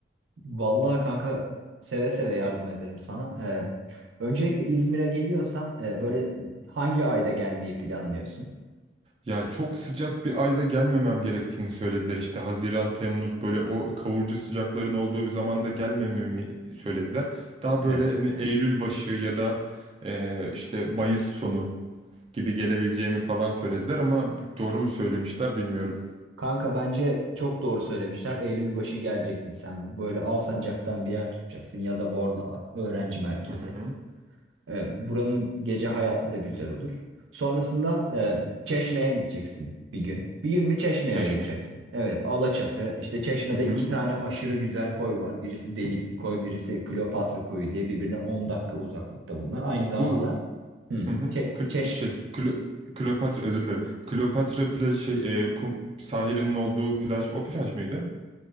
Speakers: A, on the right (about 85°); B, on the right (about 30°).
A: Vallahi kanka seve seve yardım ederim sana. E, öncelikle İzmir'e geliyorsan e, böyle hangi ayda gelmeyi planlıyorsun?
B: Ya çok sıcak bir ayda gelmemem gerektiğini söylediler işte Haziran Temmuz böyle o kavurucu sıcakların olduğu bir zamanda gelmememi söylediler. Daha
A: Evet.
B: böyle hani Eylül başı ya da e, işte Mayıs sonu gibi gelebileceğimi falan söylediler ama doğru mu söylemişler bilmiyorum.
A: Kanka bence çok doğru söylemişler. Eylül başı geleceksin sen. Böyle Alsancak'tan bir yer tutacaksın ya da Bornova öğrenci merkezi.
B: Hı hı.
A: E, buranın gece hayatı da güzel olur. Sonrasında e, Çeşme'ye gideceksin bir gün. Bir gününü Çeşme'ye
B: Çeşme.
A: ayıracaksın. Evet, Alaçatı. İşte Çeşme'de
B: Hı hı.
A: iki tane aşırı güzel koy var. Birisi Delikli Koy, birisi Kleopatra Koyu diye birbirine 10 dakika uzaklıkta bunlar. Aynı zamanda
B: Bu
A: hı,
B: hı hı.
A: Çe-
B: Kl-
A: Çeş...
B: şey Kl- Kleopatra özür dilerim. Kleopatra plaj şey e, kum sahilinin olduğu plaj o plaj mıydı?